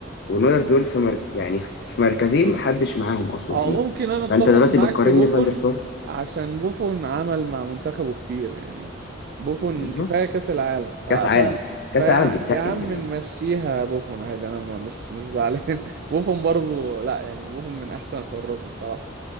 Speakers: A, on the left; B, on the right.
A: ونوير دول في مرك... يعني في مركزين محدش معاهم اصلا
B: او
A: فيه
B: ممكن انا اتفق
A: فانت دلوقتي
B: معاك
A: بتقارن
B: في بوفون
A: لي فاندر سار
B: عشان بوفون عمل مع منتخبه كتير يعني بوفون
A: بالظبط
B: كفاية كأس العالم ف...
A: كاس
B: ف...
A: عالم كاس
B: فيا
A: عالم بيتقل
B: يا عم
A: دايما
B: نمشيها بوفون عادي انا ما مش مش زعلان <laughs> بوفون برضو لا يعني بوفون من احسن الحراس بصراحة